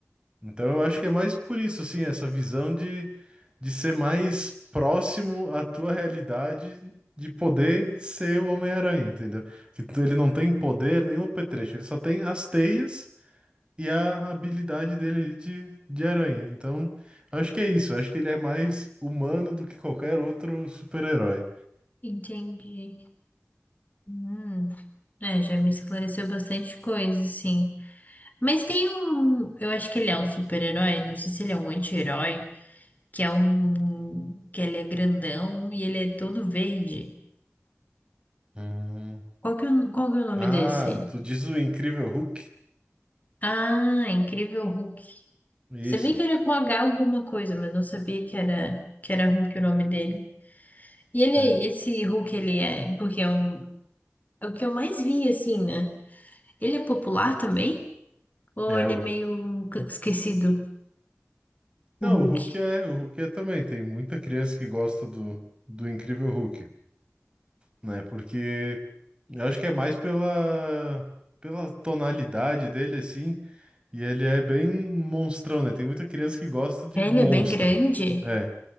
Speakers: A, on the right; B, on the left.
A: Então eu acho que é mais por isso, assim, essa visão de, de ser mais próximo à tua realidade, de poder ser o Homem-Aranha, entendeu? Que tu- ele não tem poder nenhum apetrecho, ele só tem as teias e a habilidade dele ali de, de aranha. Então, eu acho que é isso, eu acho que ele é mais humano do que qualquer outro super-herói.
B: Entendi. Hum. É, já me esclareceu bastante coisa, sim. Mas tem um. Eu acho que ele é um super-herói, não sei se ele é um anti-herói, que é um. que ele é grandão e ele é todo verde.
A: Hum.
B: Qual que é o, qual que é o nome
A: Ah,
B: desse?
A: tu diz o Incrível Hulk?
B: Ah, Incrível Hulk.
A: Isso.
B: Sabia que era com H alguma coisa, mas não sabia que era, que era Hulk o nome dele. E ele,
A: É.
B: esse Hulk, ele é. Porque é, um, é o que eu mais vi, assim, né? Ele é popular também? Ou
A: É
B: ele
A: o
B: é meio ca- esquecido, o
A: Não,
B: Hulk?
A: o Hulk é, o Hulk é também. Tem muita criança que gosta do, do Incrível Hulk, né? Porque eu acho que é mais pela, pela tonalidade dele, assim. E ele é bem monstrão, né? Tem muita criança que gosta de
B: É,
A: monstro.
B: Ele é bem grande?
A: é,